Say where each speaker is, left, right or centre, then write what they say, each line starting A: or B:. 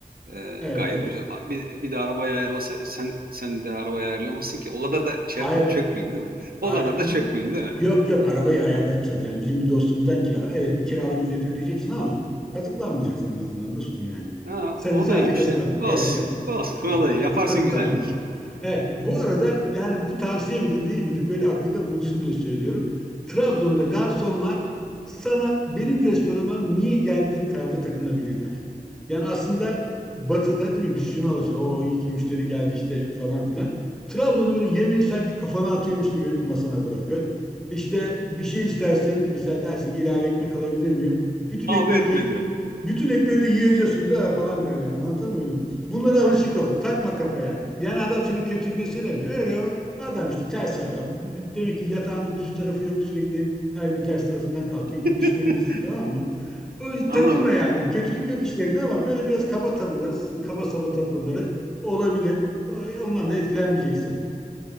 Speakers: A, on the right (about 70°); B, in the centre.
A: Ee,
B: Evet
A: gayet
B: evet.
A: güzel. A- Bir, bir de arabayı ayarlasa sen sen de arabayı ayarlamazsın ki. O kadar da şey
B: Hayır,
A: yapmayayım çökmeyeyim değil mi?
B: A-
A: O kadar da çökmeyeyim değil mi?
B: Yok yok arabayı ayarlatacağız. Yani bizim bir dostumuzdan kira. Evet bir kiralama ücreti ödeyeceksin ama kazıklanmayacaksın en azından dostum yani.
A: Ha,
B: Sen
A: o
B: sadece
A: da iyiymiş
B: kazıklan.
A: ya. Olsun.
B: Evet evet.
A: Olsun
B: Evet,
A: o da iyi.
B: evet
A: Yaparsın
B: kazıklanmayacaksın.
A: güzellik.
B: Evet, bu arada yani bu tavsiye midir değil midir böyle aklında bulunsun diye söylüyorum. Trabzon'da garsonlar sana benim restorana niye geldiğin tavrı takınabilirler. Yani aslında batıda değil mi biz şunu alacağız. O iyi ki müşteri geldi işte falan filan. Trabzon'da böyle yemeği sanki kafana atıyormuş gibi masana bırakır. İşte bir şey istersin mesela dersin ki ilave ekmek alabilir miyim? Bütün
A: Kavga
B: ekmeği
A: etme
B: de
A: diyorum.
B: bütün ekmeği de yiyeceksin de falan der yani anlatabiliyor muyum? Bunlara alışık ol. Takma kafaya. Yani adam senin kötülüğünü söylemiyor. Öyle o. Adam işte ters adam. Demek ki yatağının düz tarafı yok. Sürekli her gün ters tarafından kalkıyor gibi
A: <laughs>
B: düşünebilirsin. Tamam mı? O,
A: Anladım.
B: takılma yani. Kötülük yok işlerinde ama böyle biraz kaba tavırları, kaba saba tavırları olabilir. O- Ondan da etkilenmeyeceksin.